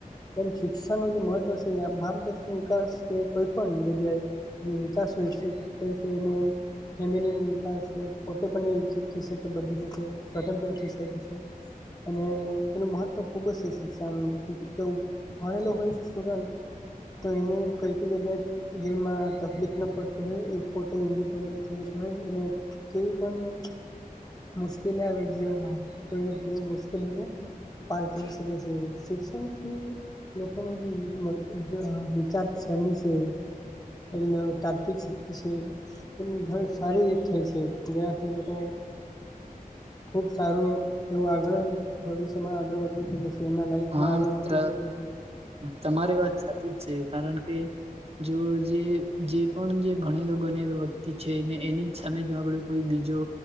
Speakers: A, on the left; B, on the right.
A: જેમ શિક્ષાણનું મહત્વ છે ભારત દેશની વિકાસકે કોઈ પણ જગ્યાએ જે વિકાસ હોય છે તે તેનો ફેમિલીનો વિકાસ પોતે પણ એ વિકસિત થશે કે બધી જ રીતે સ્વતંત્ર <unintelligible> છે અને એનું મહત્વ ખુબ જ છે શિક્ષણ જેવુ ભણેલો હોય છે <unintelligible> તો એને કઈ કઈ જગ્યાએ જે માં તકલીફ ના પડતો હોય એ પોતે ઇન્ડિપેન્ડન્સ થઈ જતો હોય એને કોઈ પણ મુશ્કેલી આવે જીવનમાં તો જે મુશ્કેલી હે પાર કરી શકે છે શિક્ષણ થી લોકો નો જે મન આ વિચાર શરણી છે. એમના તાર્કિક શક્તિ છે. એ ઘર સારી થાય છે જેનાથી લોકો ખુબ સારું એવું આગળ ભવિષ્યમાં આગળ વધી શકી જે જેમાં લાઈફમાં
B: હા
A: આગળ
B: મિત્ર
A: વધી શકે છે.
B: તમારી વાત સાચી જ છે કારણ કે જો જે જે પણ જે ભણેલો ગણેલો વ્યક્તિ છે ને એની જ સામે જો આપડે કોઈ બીજો